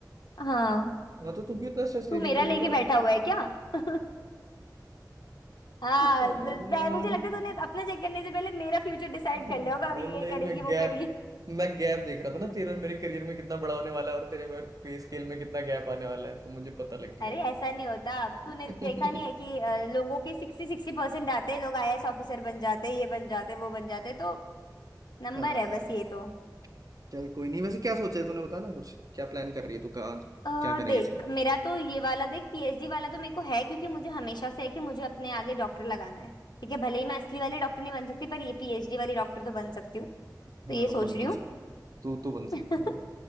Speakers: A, on the left; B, on the right.
A: हाँ
B: हाँ तो तू क्यों इतना स्ट्रेस
A: तू
B: ले लिया
A: मेरा
B: तेरे
A: लेके
B: को
A: बैठा हुआ है क्या <laughs> हाँ
B: तो
A: ज- मैं- मुझे लगता है तूने
B: <laughs>
A: अपना चेक करने से पहले मेरा फ्यूचर डिसाइड कर
B: नहीं
A: लिया होगा अब ये
B: नहीं
A: ये करेगी
B: मैं
A: वो
B: गैप
A: करेगी
B: मैं गैप देख रहा था
A: <laughs>
B: ना तेरे और मेरे करियर में कितना बड़ा होने वाला है और तेरे में पे स्केल में कितना गैप आने वाला है तो मुझे पता लग गया
A: अरे ऐसा नहीं होता अब तूने
B: <laughs>
A: देखा नहीं है कि अ, लोगों के सिक्सटी सिक्सटी परसेंट आते हैं लोग आईएएस ऑफिसर बन जाते हैं ये बन जाते हैं वो बन जाते हैं तो नंबर
B: हाँ
A: है
B: यार
A: बस ये तो
B: चल कोई नहीं वैसे क्या सोचा है तूने बता ना कुछ क्या प्लान कर रही है तू कहाँ
A: अ
B: क्या करेगी
A: देख
B: इसके बाद
A: मेरा तो ये वाला देख पीएचडी वाला तो मेरे को है क्योंकि मुझे हमेशा से है कि मुझे अपने आगे डॉक्टर लगाना है ठीक है भले ही मैं असली वाले डॉक्टर नहीं बन सकती पर ये पीएचडी वाली डॉक्टर तो बन सकती हूँ तो
B: हाँ
A: ये सोच
B: बन
A: रही
B: तो
A: हूँ
B: सकती तू तो बन सकती
A: <laughs>
B: है